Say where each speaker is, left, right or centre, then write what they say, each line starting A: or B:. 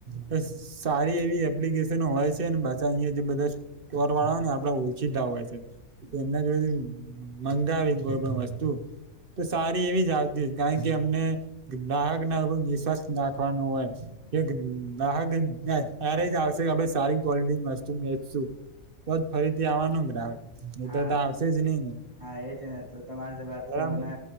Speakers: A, on the right; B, on the right.
A: ને સારી એવી એપ્લિકેશન હોય છેને અ જે બધા ચર વાળા હોયને આપડા ઓળખીતા હોય છે એમના જોડે મા કોઈ વસ્તુ તો સારી એવી જ આવતી કારણ કે અમને ગ્રાહક ના નિશસ્થ નાખવાનો હોય એકહ્યારે જ આવશે સારી ક ક્વોલિટી વસ્તુ વચશું તોજ ફરીથી આવવાનો ગ્રાહક એ
B: હા
A: તો આવશે જ નહી ને
B: હા એજ ને તો તમારી વાતથી
A: બરાબર
B: મને